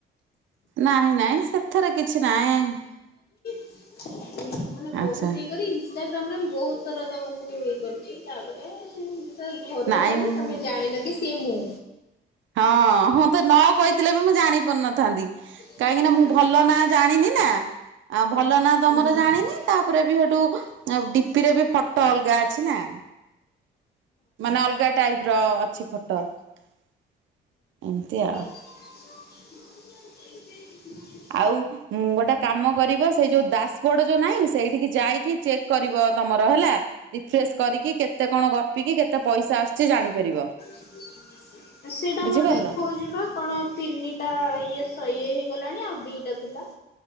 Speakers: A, on the right; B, on the left.
A: ନାହିଁ ନାଇଁ ସେଥେରେ କିଛି ନାଇଁ।
B: ୟେ ମାନେ ବୋହୁତ୍
A: ଆଚ୍ଛା
B: ଇଏ କରି ଇନଷ୍ଟାଗ୍ରାମ୍ ରେ ମୁଁ ବୋହୁତ୍ ଥର ତମକୁ ଇଏ କରିଛି, ତାପରେ ତ ଘରୁ
A: ନାଇଁ
B: ଗଲି
A: ମୁଁ
B: ତମେ ଜାଣିଲ କି ସିଏ ମୁଁ।
A: ହଁ ହଁ ତୁ ନ କହିଥିଲେ ବି ମୁଁ ଜାଣିପାରିନଥାନ୍ତି
B: ହୁଁ
A: କାହିଁକି ନା ମୁଁ ଭଲ ନା ଜାଣିନି ନା ଆ ଭଲ ନା ତମର
B: ହୁଁ ହଁ।
A: ଜାଣିନି
B: ହୁଁ।
A: ତାପରେ ବି ହେଠୁ ଆଉ ଡିପିରେ ବି ଫଟ ଅଲଗା ଅଛି ନା ମାନେ ଅଲଗା ଟାଇପ୍ ର ଅଛି ଫଟ ଏମତି ଆଉ।
B: <unintelligible>
A: ଆଉ। ଉଁ ଗୋଟେ କାମ କରିବ ସେଇ ଯୋଉ ଦାସବୋଡ ଯୋଉ ନାଇଁ ସେଇଠିକି ଯାଇକି ଚେକ୍ କରିବ ତମର ହେଲା। ରିଫ୍ରେଶ କରିକି କେତେ କଣ ଗପିକି କେତେ ପଇସା ଆସୁଛି ଜାଣିପାରିବ।
B: <unintelligible> ସେଇଟା
A: ବୁଝିପାରିଲ
B: ମୋର ଦେଖଉ ଯିବା କଣ ତିନିଟା ଇଏ ଶ ହେଇଗଲାଣି ଆଉ ଦିଇଟା ଥିଲା।